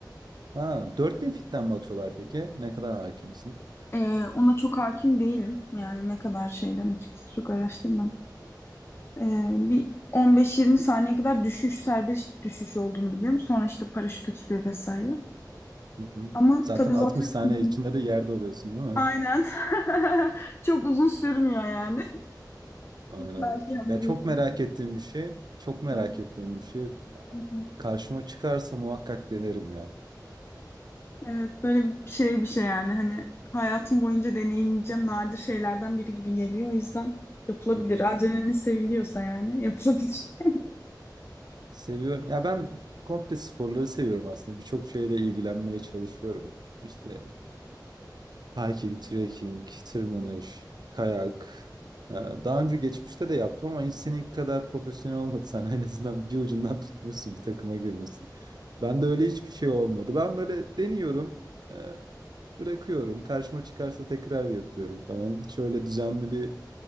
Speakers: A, on the right; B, on the left.
A: ha, 4000 fitten mi atıyorlar peki? Ne kadar hakimsin?
B: Ee, ona çok hakim değilim. Yani ne kadar şeyden açıkçası çok araştırmadım. Ee, bir 15-20 saniye kadar düşüş serbest düşüş olduğunu biliyorum. Sonra işte paraşüt açılıyor vesaire.
A: Hı hı.
B: Ama
A: Zaten
B: tabii zaten
A: 60 saniye
B: <laughs>
A: içinde de yerde oluyorsun değil mi?
B: aynen <laughs> çok uzun sürmüyor yani.
A: Aynen.
B: Belki hani
A: Ya çok
B: bir...
A: merak ettiğim bir şey. Çok merak
B: Hı
A: ettiğim bir şey.
B: hı.
A: Karşıma çıkarsa muhakkak denerim ya.
B: Evet böyle bir şey bir şey yani hani hayatım boyunca deneyimleyeceğim nadir şeylerden biri gibi geliyor. O yüzden yapılabilir.
A: Hı hı.
B: Adrenalin seviliyorsa yani yapılabilir. <laughs>
A: Seviyorum. Ya ben komple sporları seviyorum aslında. Birçok şeyle ilgilenmeye çalışıyorum. İşte hiking, trekking, tırmanış, kayak. Ee, Daha önce geçmişte de yaptım ama hiç seninki kadar profesyonel olmadı. Sen en azından bir ucundan tutmuşsun, bir takıma girmişsin. Ben de öyle hiçbir şey olmadı. Ben böyle deniyorum, e, bırakıyorum. Karşıma çıkarsa tekrar yapıyorum falan. Hiç öyle düzenli bir